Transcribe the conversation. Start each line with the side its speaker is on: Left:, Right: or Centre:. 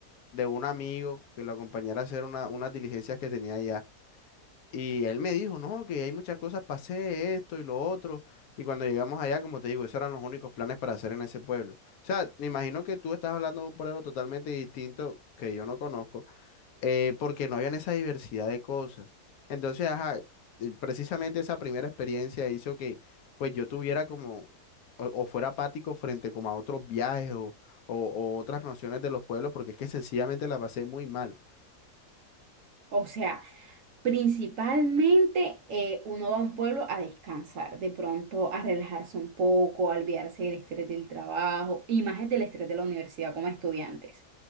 Left: de un amigo que lo acompañara a hacer una, unas diligencias que tenía allá. Y él me dijo, no, que hay muchas cosas para hacer, esto y lo otro. Y cuando llegamos allá, como te digo, esos eran los únicos planes para hacer en ese pueblo. O sea, me imagino que tú estás hablando de un pueblo totalmente distinto que yo no conozco eh, porque no habían esa diversidad de cosas. Entonces, ajá, eh, precisamente esa primera experiencia hizo que pues yo tuviera como, o, o fuera apático frente como a otros viajes o, o, o otras nociones de los pueblos, porque es que sencillamente la pasé muy mal,
Right: O sea, principalmente eh, uno va a un pueblo a descansar, de pronto a relajarse un poco, a olvidarse del estrés del trabajo y más es del estrés de la universidad como estudiantes.